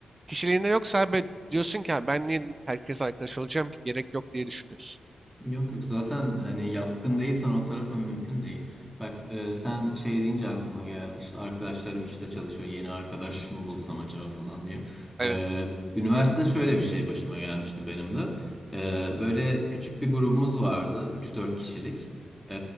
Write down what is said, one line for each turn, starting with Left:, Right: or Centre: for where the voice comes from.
Right: kişiliğinde yoksa abi diyorsun ki "Ha, ben niye herkes arkadaş olacağım ki gerek yok diye düşünüyorsun.
Centre: Yok yok zaten hani yatkın değilsen o tarafa mümkün değil. Bak e, sen şey deyince aklıma geldi işte arkadaşlarım işte çalışıyor yeni arkadaş mı bulsam acaba falan diye.
Right: Evet.
Centre: E, üniversitede şöyle bir şey başıma gelmişti benim de. E, böyle küçük bir grubumuz vardı üç dört kişilik. E,